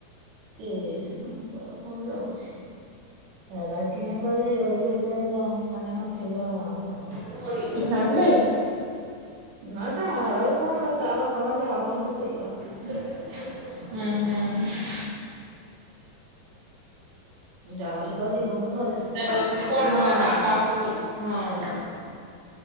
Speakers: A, on the right; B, on the right.
A: କିଏ ଯା ତମ କର କଣ ଯାଉଛି? ଏରା କି ତ ଝିଅର ବି ଏତେ କମ ମାନେ ନଥିଲା ଆ ରକ।
B: <unintelligible>
A: ନାଇଁ ତା ଆଉ କଣ ଆଉ ତା ବାପା ମା ଯାହା କଲେ ସେ ସେୟା।
B: ହୁଁ ହୁଁ
A: ଯାହାଲେ ତା ଯିବୁନୁ
B: ହଁ ହଁ